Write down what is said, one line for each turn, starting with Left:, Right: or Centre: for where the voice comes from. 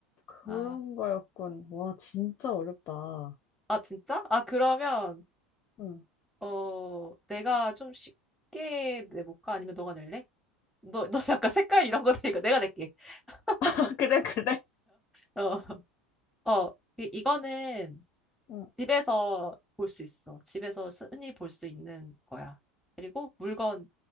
Left: 그런
Centre: 아,
Left: 거였군. 와, 진짜 어렵다.
Centre: 아, 진짜? 아, 그러면,
Left: 응.
Centre: 어, 내가 좀 쉽게 내볼까? 아니면 너가 낼래? 너, 너 약간 색깔 이런 거 되니까 내가 낼게. <laughs>
Left: <laughs> 아, 그래, 그래.
Centre: 어, 어, 어, 이- 이거는
Left: 응.
Centre: 집에서 볼 수 있어. 집에서 흔히 볼 수 있는 거야. 그리고 물건,